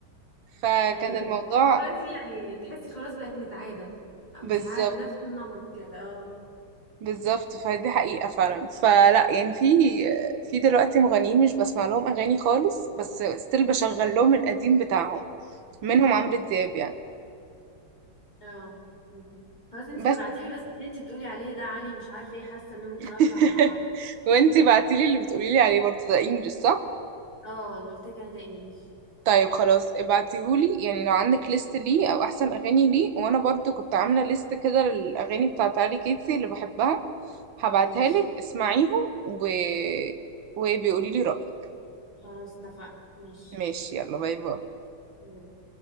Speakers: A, on the right; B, on the left.
A: فكان
B: أيوة
A: الموضوع
B: أيوة دلوقتي يعني تحسي خلاص بقت متعادة أو
A: بالظبط
B: مش عارف نفس النمط كده اه
A: بالظبط فدي حقيقة فعلا فلا يعني في في دلوقتي مغنيين مش بسمع لهم أغاني خالص بس ستيل بشغل لهم القديم بتاعهم منهم عمرو دياب يعني
B: اه مم. خلاص انتي
A: بس
B: بتبعتيلي بس اللي انتي بتقولي عليه ده عالي مش عارفة ايه حاسة ان ممكن
A: <laughs>
B: اطلع بقى
A: وانتي بعتيلي اللي بتقوليلي عليه برضه ده انجلش صح؟
B: اه اللي قلتلك عليه ده انجلش
A: طيب خلاص ابعتيهولي يعني لو عندك ليست ليه او احسن اغاني ليه وانا برضو كنت عامله ليست كده للاغاني بتاعت علي كيتسي اللي بحبها هبعتها
B: ماشي
A: لك اسمعيهم و... وبيقولي لي رايك
B: خلاص اتفقنا ماشي
A: ماشي يلا باي باي
B: يلا.